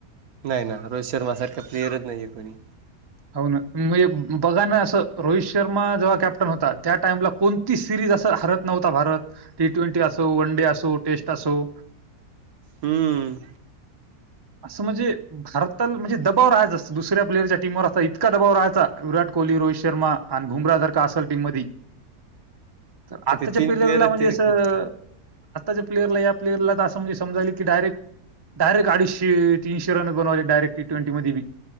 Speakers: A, on the right (about 70°); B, on the right (about 25°).
A: नाही ना रोहित शर्मा सारखं प्लेअरच नाहीये कोणी.
B: हो ना म्हणजे बघा ना असं रोहित शर्मा जेव्हा कॅप्टन होता त्या टाइमला कोणती सिरीज अस हरत नव्हता भारत टी ट्वेंटी असो, वन डे असो, टेस्ट असो.
A: हम्म
B: असं म्हणजे भारताला म्हणजे दबाव राहायचा अस दुसऱ्या प्लेअरच्या टीमवर असता इतका दबाव राहायचा विराट कोहली, रोहित शर्मा आणि भुमरा जर का असल टीम मध्ये तर आत्ताच्या
A: ते तीन
B: प्लेयरला
A: प्लेयरच
B: म्हणजे
A: ते
B: असं
A: खूप
B: आताच्या प्लेअरला या प्लेर तर म्हणजे समजा की डायरेक्ट डायरेक्ट अडीशे तीनशे रन करुन बनवले डायरेक् टी ट्वेंटी म बी